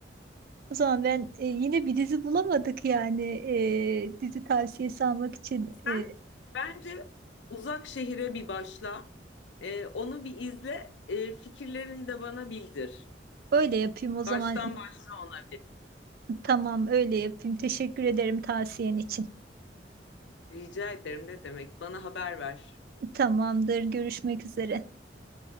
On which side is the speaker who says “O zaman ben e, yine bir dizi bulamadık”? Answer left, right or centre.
Right